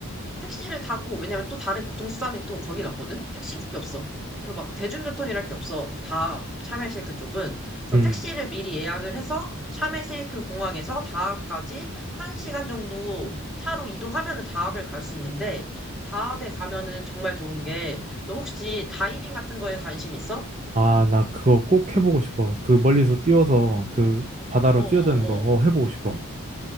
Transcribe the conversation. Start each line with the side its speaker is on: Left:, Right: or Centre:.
Centre: 택시를 타고, 왜냐면 또 다른 교통수단이 또 거긴 없거든? 택시밖에 없어. 그래서 막 대중교통이랄 게 없어. 다 샤멜쉐이크 쪽은. 그래서
Right: 음.
Centre: 택시를 미리 예약을 해서 샤멜쉐이크 공항에서 다합까지 1시간 정도 차로 이동하면은 다합을 갈 수 있는데, 다합에 가면은 정말 좋은 게, 너 혹시 다이빙 같은 거에 관심 있어?
Right: 아, 나 그거 꼭 해보고 싶어. 그 멀리서 뛰어서 그 바다로
Centre: 어어어.
Right: 뛰어드는 거 어, 해보고 싶어.